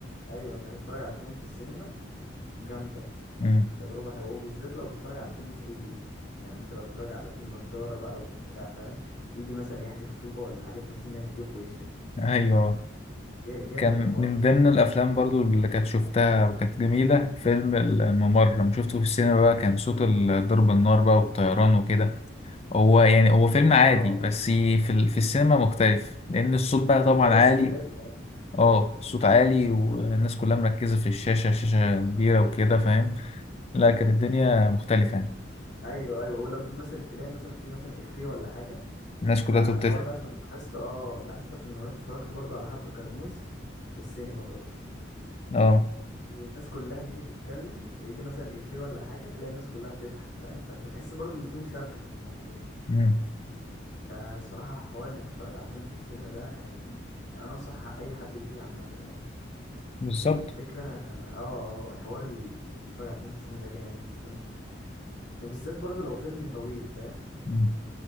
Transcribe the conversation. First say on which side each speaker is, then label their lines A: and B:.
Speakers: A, on the left; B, on the left.
A: ايوه انك تتفرج على فيلم في السينما جامدة
B: امم
A: تجربة حلوة وبالذات لو بتتفرج على الفيلم 3 دي يعني انت لو بتتفرج على بالنضارة بقى وبتاع فاهم يجي مثلا يحدف طوبة ولا حاجة تحس ان هي تيجي في وشك
B: ايوه
A: جا- جامد
B: كان
A: الحوار
B: من
A: ده الصراحة
B: ضمن الافلام برضو اللي كانت شفتها وكانت جميله فيلم الممر لما شفته في السينما بقى كان صوت ال- ضرب النار بقى والطيران وكده هو يعني هو فيلم عادي
A: اه
B: بس في ال- في السينما مختلف لان الصوت بقى طبعا
A: توزيع
B: عالي
A: الصوت حلو يعني
B: اه الصوت عالي والناس كلها مركزه في الشاشه شاشه كبيره وكده فاهم لا كانت الدنيا مختلفه يعني
A: ايوه ايوه ولما مثلا تلاقي مثلا في مثلا افيه ولا حاجة
B: الناس كلها
A: انا
B: تضحك
A: الحوار ده عشان لاحظته اه لاحظته عشان لما رحت اتفرجت برضو على حرب كرموز في السينما برضو
B: اه
A: الناس كلها تيجي تتكلم يجي مثلا افيه ولا حاجه تلاقي الناس كلها بتضحك فاهم فانت تحس برضه ان في مشاركه في الموضوع
B: مم.
A: فالصراحه حوار انك تتفرج على فيلم في السينما ده يعني يعني انا انصح اي حد بيه عامه يعني
B: بالظبط
A: الفكره اه اه حوار ال- انك تتفرج على فيلم في السينما ده جامد الصراحه وبالذات برضه لو فيلم طويل فاهم
B: مم.